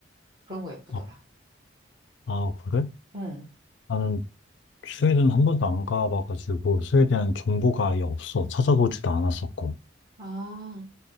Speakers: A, on the right; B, on the left.
A: 그런 거 예쁘더라.
B: 아, 아, 그래?
A: 음.
B: 나는 스웨덴 한 번도 안 가봐가지고, 스웨덴 정보가 아예 없어. 찾아보지도 않았었고.
A: 아,